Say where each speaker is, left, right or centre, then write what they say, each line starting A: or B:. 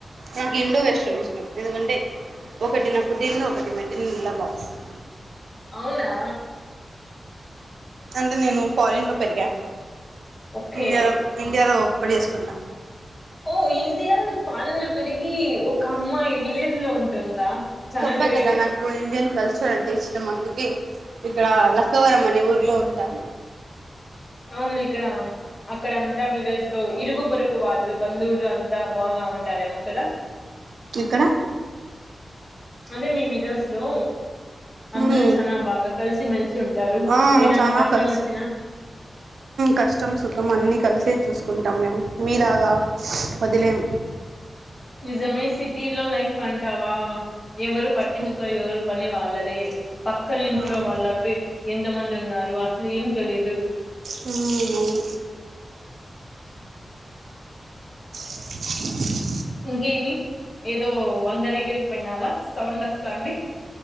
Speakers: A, on the right; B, on the left.
A: నాకు ఇండియా వెస్ట్రన్ ఇష్టం ఎందుకంటే ఒకటి పుట్టిల్లు ఒకటి మెట్టినిల్లుల భావిస్తాను
B: అవునా
A: అంటే నేను ఫారిన్ లో పెరిగా
B: ఓకే
A: ఇండియా ఇండియాలో పెళ్లి చేేసుకుంట
B: ఓ ఇండియా పెరిగి ఒక అమ్మాయి విలేజ్ లో ఉంటుందా చానా
A: చెప్పా
B: గ్రేట్
A: కదా నాకు ఇండియా కల్చర్ అంటే ఇష్టం అందుకే ఇక్కడ లక్కవరం అనే ఊర్లో ఉంటాను
B: అవును ఇక్కడ అక్కడంతా విలేజ్ లో ఇరుగు పరుగు వాళ్ళు బంధువులు అంతా బాగా ఉంటారేమో కదా
A: ఇక్కడ
B: అదే మీ విలేజ్ లో అందరూ
A: ఉమ్,
B: చాల బాగా కలిసిమెలిసి ఉంటారు
A: ఆ
B: ఏదన్నా
A: చానా
B: కష్టం
A: కలిసి
B: వచ్చినా
A: కష్టం సుఖం అన్నీ కలిసే చూసుకుంటాం మేము మీలాగా వదిలేం
B: నిజమే సిటీలో లైఫ్ అంటావా ఎవరు పట్టించుకో
A: ఉమ్,
B: ఎవరు పని వాళ్ళదే పక్కన ఇంట్లో
A: ఉమ్.
B: వాళ్ళ ఎంత మంది ఉ న్నారు అసలు ఏం తెలిదు
A: ఉమ్, వాటర్ సౌండ్
B: ఇంకేమి ఏదో వంక దగ్గరికి పోయినావా సౌండ్ వస్తాంది